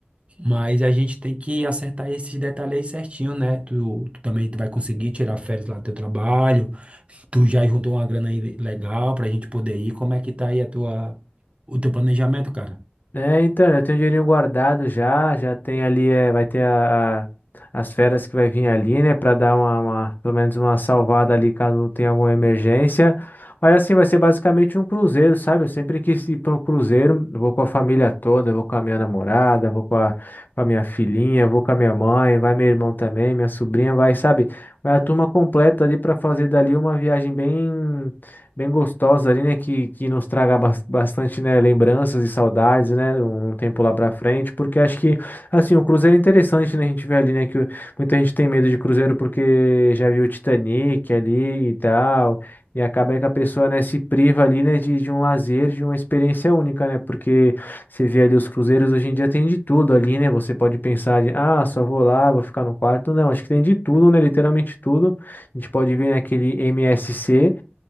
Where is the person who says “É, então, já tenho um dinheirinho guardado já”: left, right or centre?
Left